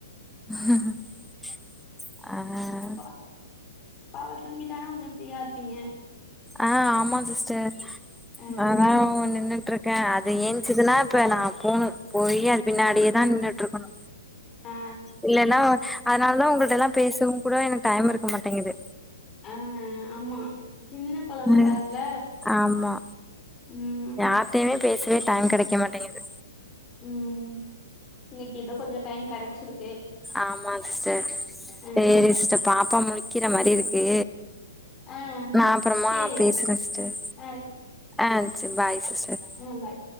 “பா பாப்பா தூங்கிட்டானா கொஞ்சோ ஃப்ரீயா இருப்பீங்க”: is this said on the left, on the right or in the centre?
Left